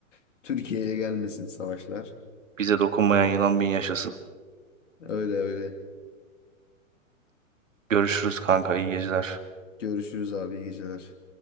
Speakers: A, on the left; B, on the right.
A: <laughs> Türkiye'ye gelmesin savaşlar.
B: Bize dokunmayan yılan bin yaşasın.
A: Öyle öyle.
B: Görüşürüz kanka, iyi geceler.
A: Görüşürüz abi iyi geceler.